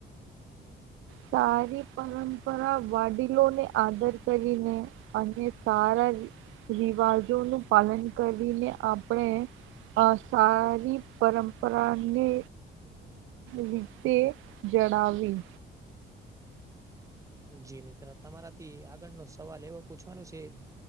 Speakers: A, on the right; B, on the right.
A: સારી પરંપરા વાડીલોને આદર કરીને અને સારા રિવાજોનું પાલન કરીને આપણે અ સારી પરંપરાને રીતે જડાવી
B: જી મિત્ર તમારાથી આગળનો સવાલ એવો પૂછવાનું છે